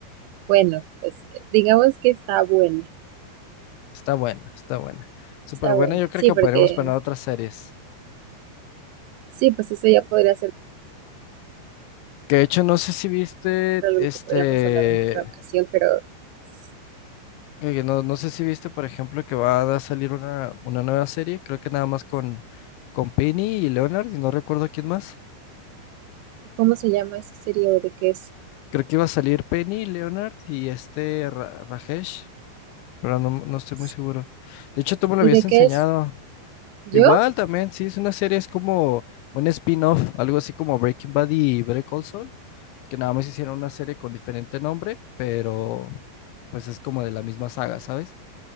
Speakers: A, on the right (about 85°); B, on the left (about 80°).
A: Bueno, pues eh, digamos que está buena,
B: Está buena, está buena. Súper
A: está
B: buena,
A: buena.
B: yo creo
A: Sí,
B: que
A: porque
B: podríamos poner otras series.
A: sí, pues eso ya podría ser
B: Que de hecho, no sé si viste,
A: algo
B: este,
A: que podríamos hablar en otra ocasión, pero s-
B: que no, no sé si viste, por ejemplo, que va a salir una, una nueva serie, creo que nada más con, con Penny y Leonard, y no recuerdo quién más.
A: ¿cómo se llama esa serie o de qué es?
B: Creo que iba a salir Penny, Leonard y este Ra- Rajesh, pero no, no estoy
A: S-
B: muy seguro. De hecho, tú me lo
A: ¿Y
B: habías
A: de
B: enseñado.
A: qué es? ¿Yo?
B: Igual también, sí, es una serie, es como un spin-off, algo así como Breaking Bad y Better Call Saul, que nada más hicieron una serie con diferente nombre, pero pues es como de la misma saga, ¿sabes?